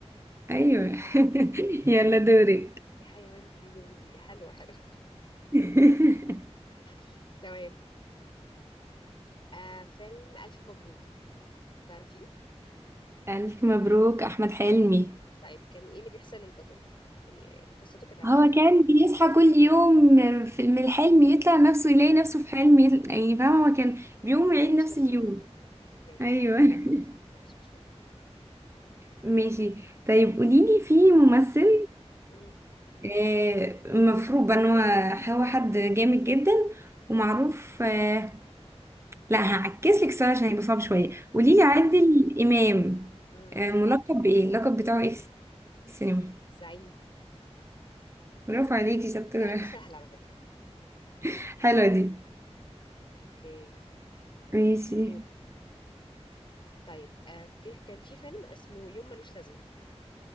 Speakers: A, on the right; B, on the left.
A: ايوه
B: ايوه
A: <laughs>
B: أيوة.
A: يلا دورك
B: ايه حيوان دي لون دي حلوه حلوه
A: <laughs>
B: <laughs> تمام آه فيلم الف مبروك تعرفيه
A: الف مبروك احمد حلمي
B: طيب كان ايه اللي بيحصل للبطل يعني قصته كانت عباره
A: هو
B: عن
A: كان بيصحى كل يوم في- من الحلم يطلع نفسه يلاقي نفسه في حلم يطلع- يعني فاهمة هو كان بيقوم
B: كان
A: يعيد
B: بيعيش
A: نفس
B: نفس
A: اليوم
B: اليوم اوكي تمام
A: ايوه <laughs>
B: خلاص كده صح ما فيش مشكله
A: ماشي طيب قوليلي في ممثل
B: امم
A: آه، مفروض ان هو هو حد جامد جدا ومعروف آه، لا هعكس لك السؤال عشان يبقى صعب شويه قوليلي
B: تمام
A: عادل امام
B: امم
A: آه، ملقب بايه اللقب بتاعه ايه في السينما
B: الزعيم
A: برافو عليكي شطوره
B: لا دي سهلة على فكرة
A: <laughs> حلوه دي
B: اوكي
A: ماشي
B: دوري طيب آه في كان في فيلم اسمه يوم ملوش لازمة